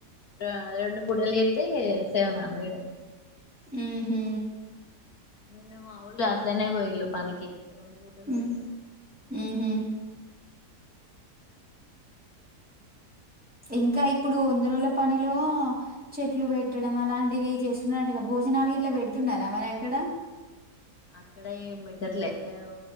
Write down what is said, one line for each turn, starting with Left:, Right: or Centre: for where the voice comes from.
Left: రో రొండు పూటలు చేత్తే సెవెన్ హండ్రెడ్ అం
Centre: ఉహు
Left: <inaudible> పనికి రెండు పూటలు
Centre: ఉం
Left: పోయిళ్ళు
Centre: ఉహు ఇంకా ఇ ఇప్పుడు వంద రోజుల పనిలో చెట్లు పెట్టడం అలాంటివి చేస్తున్నరంట గా భోజనాలు గిట్లా పెడుతున్నారా మరి అక్కడ
Left: అక్కడ ఏం పెట్టట్లే ఎవో